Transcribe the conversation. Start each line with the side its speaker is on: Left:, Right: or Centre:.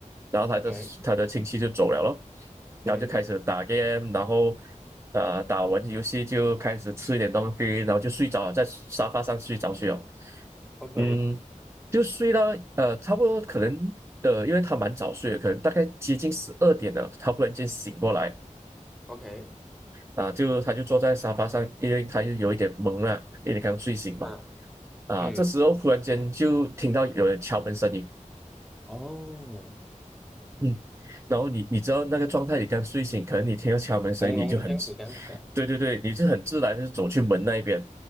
Right: 然后他的他的亲戚就走了咯，
Centre: OK，
Right: 然后就开始打
Centre: 嗯
Right: game，然后呃打完游戏就开始吃一点东西，然后就睡着了，在沙发上睡着去了，
Centre: ，OK
Right: 嗯，就睡到呃差不多可能呃，因为他蛮早睡的，可能大概接近十二点了，他忽然间醒过来，
Centre: OK。
Right: 啊，就他就坐在沙发上，因为他又有一点懵了，因为刚睡醒嘛。
Centre: 嗯
Right: 啊，
Centre: 嗯，
Right: 这时候忽然间就听到有人敲门声音，
Centre: 哦，
Right: 嗯，然后你你知道那个状态，你刚睡醒，可能你听到敲门声音，
Centre: 朦胧这样子这样子啊
Right: 你就很自对对对，你是很自然就走去门那一边，